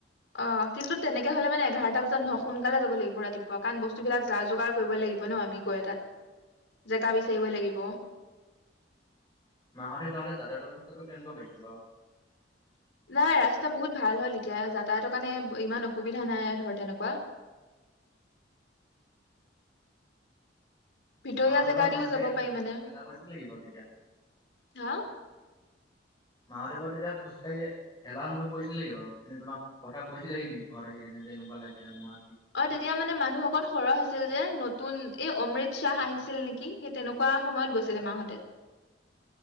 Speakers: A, on the left; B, on the left.
A: অ কিন্তু তেনেকে হলে মানে এঘাৰটা বজাত নহয় সোনকালে যাব লাগিব ৰাতিপুৱা কাৰণ বস্তুবিলাক যাৰ যোগাৰ কৰিব লাগিব ন আমি গৈ এ তাত। জেকা বিচাৰিবই
B: অ'
A: লাগিব।
B: মাহঁতে যাওঁতে যাতায়াত ব্যৱস্থাটো কেনেকুৱা পাইছিল বাৰু?
A: নাই ৰাস্তা বহুত ভাল হল এতিয়া যাতায়তৰ কাৰণে ইমান অসুবিধা নাই ধৰ তেনেকুৱা। ভিতৰীয়া
B: মহাদেৱক
A: জেগা
B: খোজ
A: দিও
B: কঢ়িলা
A: যাব পাৰি
B: লিছিল
A: মানে
B: হেলা কৰিছিল নেকি বাৰু তেতিয়া
A: হা
B: মাহাদেৱৰ তেতিয়া খোজকাঢ়ি এলা অনুভব কৰিছিল নেকি বাৰু এনে তুমাক কথা কৈছিলেহি নেকি ঘৰত আহি কিনে যেনেকুৱা লাগিলে মোৰত
A: অ' তেতিয়া মানে মানুহ অকন সৰহ আছিল যে নতুন এই অমৃত শাহ আহিছিল। ছিল নেকি সেই তেনেকুৱা সময়ত গৈছিলে মাহতে।